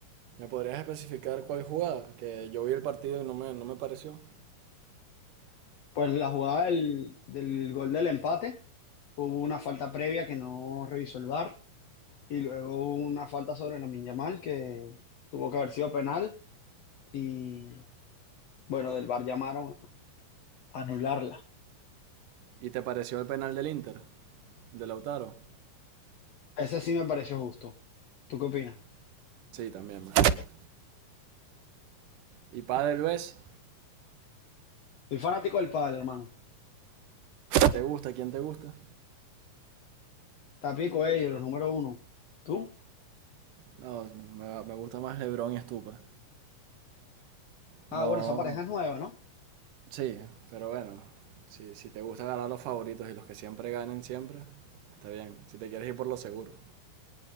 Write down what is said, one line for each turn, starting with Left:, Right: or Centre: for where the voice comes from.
Right: ¿Me podrías especificar cuál jugada? Que yo vi el partido y no me, no me pareció.
Left: Pues la jugada del, del gol del empate Hubo una falta previa que no revisó el VAR y luego una falta sobre Lamine Yamal que tuvo que haber sido penal y bueno, del VAR llamaron a anularla.
Right: ¿Y te pareció el penal del Inter? ¿De Lautaro?
Left: Ese sí me pareció justo. ¿Tú qué opinas?
Right: Sí, también, bastante. ¿Y pádel ves?
Left: Soy fanático del pádel, hermano.
Right: ¿Te gusta? ¿Quién te gusta?
Left: Tapico ellos, los número uno. ¿Tú?
Right: No, me, me gusta más LeBron y Stupa.
Left: Ah,
Right: No.
Left: bueno, esa pareja es nueva, ¿no?
Right: Sí, pero bueno, si, si te gusta ganar los favoritos y los que siempre ganen siempre, está bien, si te quieres ir por lo seguro.